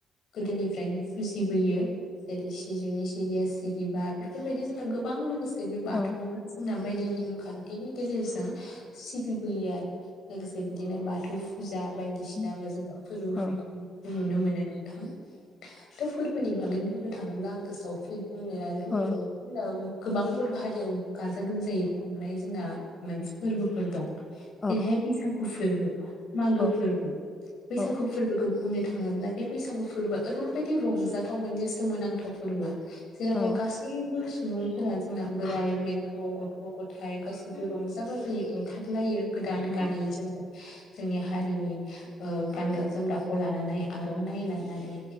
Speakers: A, on the left; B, on the left.
A: गोदोनिफ्रायनो फु जिबोयो जेरै- सिजौनि सिरिया सिरिबा बेफोरबायदि जोंना गोबां लोगोसे बे बाथौआवहाय
B: औ
A: जोंना बायदि नेम खान्थिनि गेजेरजों सिबिबोयो आरो लोगोसे बिदिनो बाथौ फुज जा बायदिसिनाबो
B: उम
A: जोङो फोर्बोफोफ
B: औ
A: खुंनायखौ नुनो मो नो नोंथां थ' फोर्बोनि बागै बुंनो थाङोब्ला आं गोसोआव फै बुंनो आरो लुगैबावो
B: अ
A: <inaudible> गोबां बर' हारियाव गाजा गोमजायै खुंनाय जोंना मोनसे फोरबोफोर दं।
B: अ
A: जेरैहाय बैसागु फोर्बो मागो
B: औ
A: फोर्बो बैसागु
B: औ
A: फोरबोखौ बुंनो थाङोब्ला बे बैसागु फोर्बोआ ओरैबायदि रंजाथाव मोनसे सोमोनांथाव फोर्बो। जेरावहाय
B: औ
A: गासैबो सु सुबुंफोरा जोंना बोराइ बेन्थ' गथ' गथाइ गासैबो रंजा बाजायो ओंखारलायो। गोदान
B: औ
A: गानै जोमै जोंनि हारिनि ओ गानग्रा जोमग्राखौ लानानै आर'नाइ लानानै